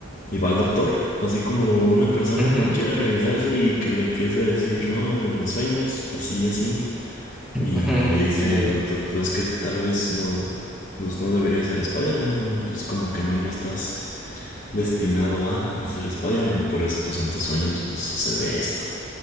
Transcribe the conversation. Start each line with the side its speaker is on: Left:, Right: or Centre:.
Left: y va al doctor. Así como una persona
Centre: Ujú,
Left: cualquiera a revisarse y que le empieza a decir, no, en mis sueños, así, así. Y
Centre: ujú,
Left: le dice
Centre: sí.
Left: el doctor, pues es que tal vez no, pues no deberías ser Spider-Man, no, pues como que no, no estás destinado a, a ser Spider-Man y por eso pues en tus sueños pues sucede esto.